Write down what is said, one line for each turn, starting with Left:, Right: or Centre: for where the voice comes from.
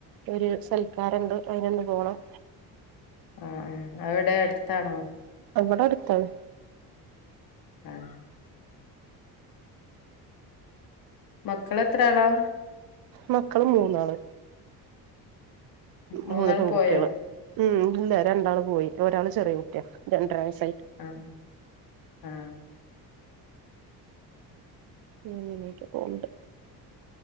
Right: ഒരു സൽക്കാരണ്ട് അയ്നൊന്ന് പോണം.
Left: ആഅ അവെടെ അട്ത്താണോ
Right: വടെ അടുത്താണ്
Left: ആഹ് മക്കളെ ത്രാളാ
Right: മക്കള് മൂന്നാള
Left: മൂന്നാളും
Right: മൂന്ന് പെൺകുട്ട്യാള്
Left: പോയോ
Right: ഉം ഇല്ല രണ്ടാൾ പോയി ഒരാള് ചെറിയ കുട്ട്യാ രണ്ടര വയസ്സ്.
Left: ആഹ് ആ
Right: ഉം പോവ്ണ്ട്